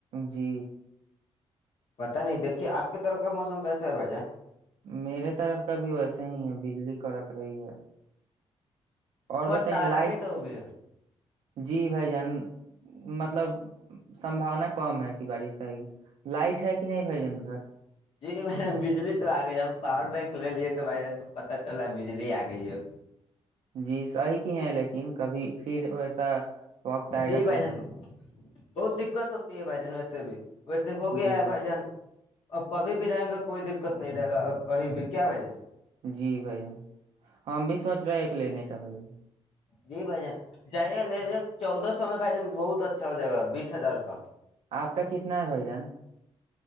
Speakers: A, on the right; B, on the left.
A: جی
B: پتا نہیں دیکھیے آپ کی طرف کا موسم کیسا ہے بھائی جان
A: میرے طرف کا بھی ویسے ہی ہے بجلی کڑک رہی ہے اور
B: پر
A: بتائیے
B: تارا
A: لائٹ
B: بھی تو ہو گیا
A: جی بھائی جان مطلب سمباونا کم ہے کہ بارش سے لائٹ ہے کہ نہیں بھ جان ادھر
B: جی بھائی بجلی تو آ گئی ہم پاور بینک لے لیے تھ بھائی ہم تو پت چلا بجلی آ گئی ہے
A: جی صحیح کی ہے لیکن کبھی پھر ویسا وقت آئے
B: جی
A: گا
B: بھائی
A: تو
B: جان بہت دقت ہوتی ہے بھائی جان ویسے بھی ویسے ہو
A: جی
B: گیا ہے بھائی جان اور کبھی بھی رہیں گا کوئی دقت نہیں رہے گا کہیں بھی کیا ب جائے
A: جی بھائی ہم بھی سوچ رہے ہیں ایک لینے کا بھائی
B: جی بھ جان جائیے گا لے چودہ سو میں بھائی جان بہت اچھا ہو جائے گا بیس ہزار کاک
A: آپ کا کتنا ہے بھائی جان